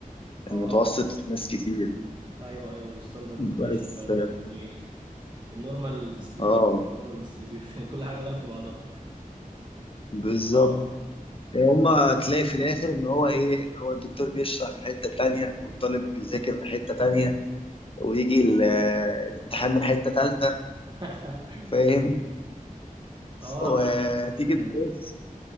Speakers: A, on the right; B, on the left.
A: اه
B: والمتوسط ناس كتير
A: ايوه ايوه الستاندرد ديفيشن
B: بس
A: ده مش عارف اسمه ايه النورمال ديستريبيوشن
B: اه
A: النورمال ديستريبيوشن <laughs> كل حاجه دخلت في بعضها
B: بالظبط
A: اه
B: هما تلاقي في الاخر ان هو ايه هو الدكتور بيشرح في حته تانية والطالب بيذاكر من حته تانية ويجي ال- الامتحان من حته تالتة
A: <laughs>
B: فاهم
A: اه
B: وتيجي
A: لا الموضوع ده فعلا
B: تبص